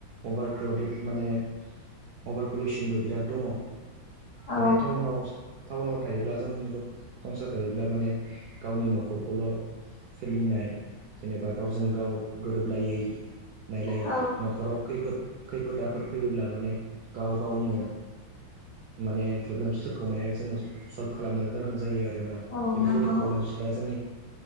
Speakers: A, on the right; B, on the left.
A: अभार क्राउडेड माने अभार पलुसनबो बिराद दङ'
B: औ
A: माने टाउनाव टाउनाव थायोब्ला जों ज संसार जायोब्ला माने गावनि न'खरखौल' सोलिनाय जेनेबा गावजों गाव गोरोबलायै नायलायै
B: औ
A: न'खराव खैफोद खैफोद आफोद फैयोब्ला माने गाव गावनो माने प्रब्लेमसफोरखौ माने जोङो सल्भ खालामनो गोनां जायो आरोना
B: औ
A: बेफोरबायदि
B: नंगौ
A: प्रब्लेमसफ्रा जोंनि